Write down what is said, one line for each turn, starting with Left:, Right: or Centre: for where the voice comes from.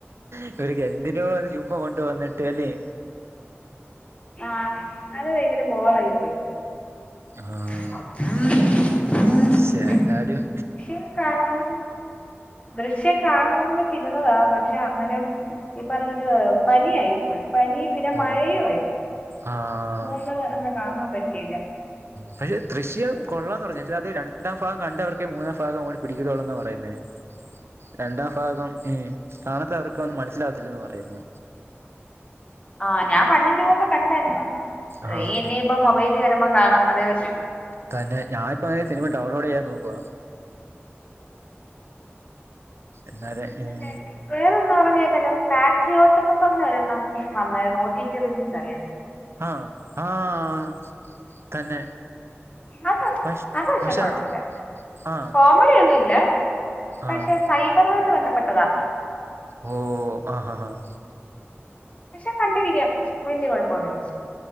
Right: ഇവർക്ക് എന്തിനോന്ന് ചുമ്മ കൊണ്ട് വന്ന്ട്ട് അല്ലേ?
Left: ആഹ് അത് ഭയങ്കര ബോറയി പോയി.
Right: ആഹ്
Left: <unintelligible>
Right: ശേ എന്നാലും
Left: <inaudible> കാണം ദൃശ്യം കാണണോന്ന്വെച്ച് ഇരുന്നതാ പക്ഷെ അന്നേരം പർണത് പന്നിയായിപ്പോയി പനിപിന്നെ
Right: ഓ
Left: മഴയുആയി
Right: ആഹ്
Left: മൂന്ന് ന്ന് കാണൻ പറ്റീല്ല.
Right: പക്ഷെ തൃശ്യാം കൊള്ളാന്ന് പറഞ്ഞ പക്ഷേ അത് രണ്ട് രണ്ടാംഫാഗം കണ്ടവർക്കേ മൂന്നാംഫാഗം അങ്ങോട്ട് പിടിക്കൊള്ളൂന്നാപറയുന്നേ രണ്ടാംഫാഗം ഉം കാണാത്തവർക്ക് അവന് മനസ്സിലാവത്തില്ലന്ന പറയുന്നേ
Left: ആഹ് ഞാൻ വണ്ണും ടുവുംകണ്ടായ്രുന്നു
Right: ആഹ്
Left: ഇനിയിപ്പ മൊബൈലിൽവെരുമ്പോ കാണാംഅതേപറ്റു.
Right: തന്നെ ഞാനിപ്പോങ്ങനെ സിനിമ ഡൗൺലോഡ്ചെയ്യാൻ നോക്കുവാ. എന്നതേ ഉം
Left: മറ്റേ വേറൊന്നും അറിഞ്ഞരുന്നല്ലോ പാട്രിയോട്ടെന്നും പറഞ് ഒരെണ്ണം നന്നായി നോക്കീറ്റ് റിലീസാകേട്ടോ
Right: അഹ്, ആഹ് തന്നെ
Left: അത്
Right: പഷ്
Left: അത്ക്ഷെ
Right: പക്ഷെ
Left: കുഴപ്പല്ല
Right: അത് ആഹ്
Left: കോം മെഡിഒന്നുല്ല പക്ഷെസൈബറുമായിട്ട്
Right: ആഹ്
Left: ബെന്ധപ്പെട്ടതാ.
Right: ഓഹ് ആഹ്, ആഹ്
Left: പക്ഷെ കണ്ടിരിക്കാം വെല്ല്യ കുഴപ്പൊന്നുല്ല.